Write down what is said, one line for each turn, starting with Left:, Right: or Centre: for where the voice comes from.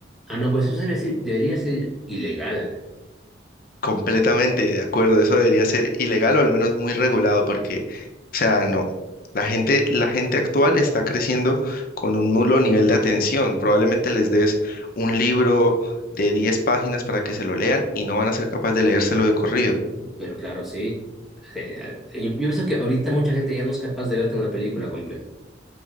Centre: Ah, no, pues eso sería- sí, debería ser ilegal,
Left: Completamente de acuerdo, eso debería ser ilegal o al menos muy regulado porque, o sea, no, la gente, la gente actual está creciendo con un nulo nivel de atención. Probablemente les des un libro de 10 páginas para que se lo lean y no van a ser capaces de leérselo de corrido.
Centre: pero claro, sí. Sí, ah, Yo, yo pienso que ahorita mucha gente ya no es capaz de verte una película completa.